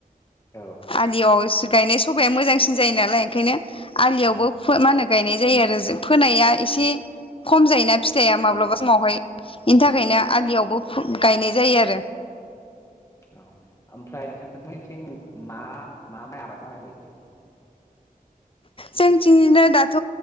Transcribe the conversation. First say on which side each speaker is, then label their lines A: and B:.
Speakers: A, on the left; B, on the left.
A: औ
B: आलिव असु गायनाय सबाया मोजांसिन जायो नालाय ओंखायनो आलियावबो
A: औ
B: मा होनो गायनाय जायो आरो फोनाया एसे खम जायोना फिथाइया माब्लाबा समावहाय बेनि थाखायनो आलियावबो गायनाय जायो आरो
A: औ ओमफ्राय नोंथांमोनथिं मा मा माय आबाद मावनाय जायोदि
B: जोंथिंनो दाथ'